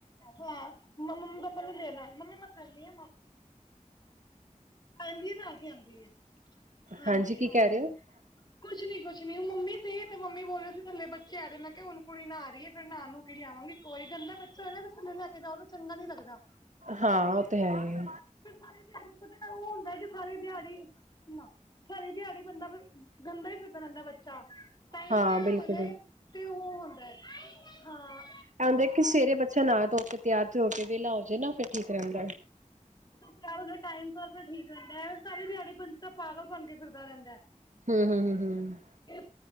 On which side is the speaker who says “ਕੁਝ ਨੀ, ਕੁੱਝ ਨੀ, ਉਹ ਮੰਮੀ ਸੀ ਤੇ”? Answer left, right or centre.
Left